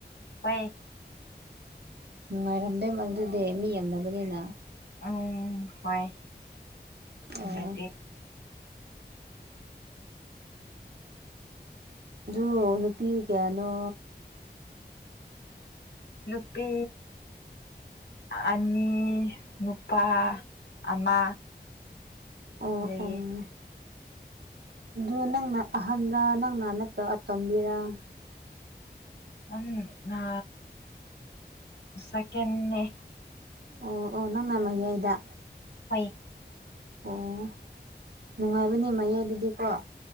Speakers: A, on the left; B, on the right.
A: ꯍꯣꯏ
B: ꯅꯨꯡꯉꯥꯏꯔꯝꯗꯦ ꯃꯗꯨꯗꯤ ꯃꯤ ꯌꯥꯝꯗꯕꯅꯤꯅ
A: ꯎꯝ ꯍꯣꯏ ꯅꯨꯉꯥꯏꯇꯦ
B: ꯑꯣ ꯑꯗꯨ ꯅꯨꯄꯤ ꯀꯌꯥꯅꯣ
A: ꯅꯨꯄꯤ ꯑꯅꯤ ꯅꯨꯄꯥ ꯑꯃ
B: ꯑꯣ
A: ꯂꯩꯌꯦ
B: ꯎꯝ ꯑꯗꯨ ꯅꯪꯅ ꯑꯍꯟꯔꯥ ꯅꯪꯅ ꯅꯠꯇ꯭ꯔ ꯑꯇꯣꯝꯕꯤꯔ
A: ꯑꯝ ꯅꯥ ꯁꯦꯀꯦꯟꯅꯦ
B: ꯑꯣ ꯑꯣ ꯅꯪꯅ ꯃꯌꯥꯏꯗ
A: ꯍꯣꯏ
B: ꯑꯣ ꯅꯨꯡꯉꯥꯏꯕꯅꯦ ꯃꯌꯥꯏꯗꯗꯤꯀꯣ